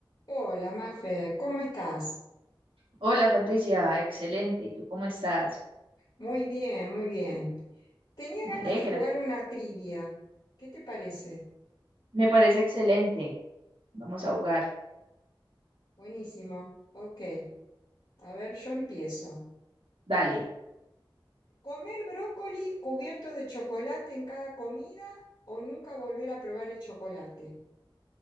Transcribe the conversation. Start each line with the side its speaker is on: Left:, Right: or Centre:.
Left: Hola, Mafe, ¿cómo estás?
Right: Hola Patricia, excelente. ¿Y tú cómo estás?
Left: Muy bien, muy bien. Tenía
Right: Me
Left: ganas
Right: alegra.
Left: de jugar una trivia. ¿Qué te parece?
Right: Me parece excelente. Vamos a jugar.
Left: Buenísimo. Ok. A ver, yo empiezo.
Right: Dale.
Left: ¿Comer brócoli cubierto de chocolate en cada comida o nunca volver a probar el chocolate?